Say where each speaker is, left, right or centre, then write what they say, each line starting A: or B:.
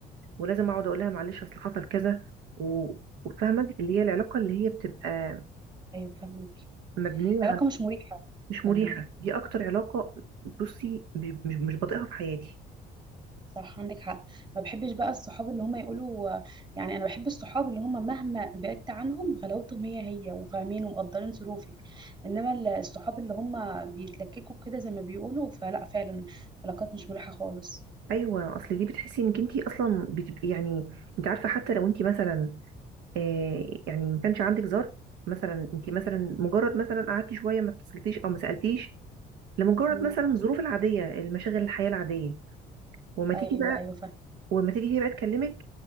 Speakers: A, on the right (about 85°); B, on the right (about 25°).
A: ولازم اقعد اقول لها معلش اصل حصل كذا و- وفاهمه اللي هي العلاقه اللي هي بتبقى
B: ايوه فاهمك
A: مبنيه
B: العلاقه
A: على
B: مش مريحه
A: مش
B: جدا
A: مريحه
B: يعني
A: دي اكتر علاقه بصي مش مش مش بطيقها في حياتي
B: صح عندك حق ما بحبش بقى الصحاب اللي هم يقولوا يعني انا بحب الصحاب اللي هم مهما بعدت عنهم غلاوتهم هي هي وفاهمين ومقدرين ظروفك انما ال- الصحاب اللي هم بيتلككوا كده زي ما بيقولوا فلا فعلا علاقات مش مريحة خالص
A: ايوه اصل دي بتحسي انك انت اصلا بتبقي يعني انت عارفه حتى لو انت مثلا آه، يعني ما كانش عندك زر مثلا انت مثلا مجرد مثلا قعدتي شويه ما اتصلتيش او ما سالتيش لمجرد
B: امم
A: مثلا الظروف العاديه المشاغل الحياه العاديه وما تيجي
B: ايوه
A: بقى
B: ايوه فاهم
A: وما تيجي هي بقى تكلمك